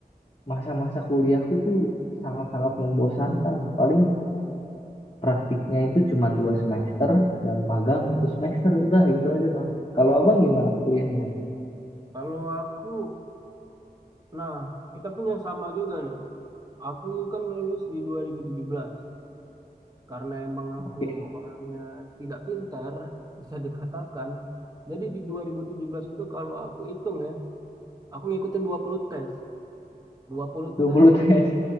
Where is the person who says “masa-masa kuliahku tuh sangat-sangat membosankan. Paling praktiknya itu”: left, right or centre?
Left